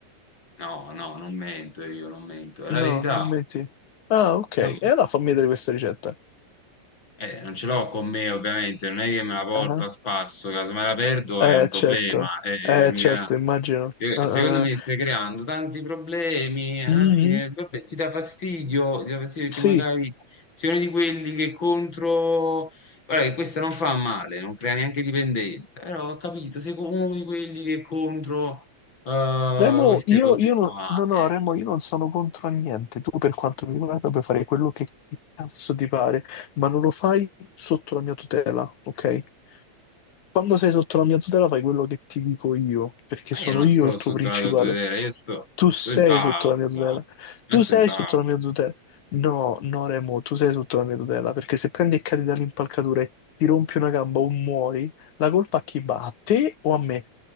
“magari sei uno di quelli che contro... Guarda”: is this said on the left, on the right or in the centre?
Left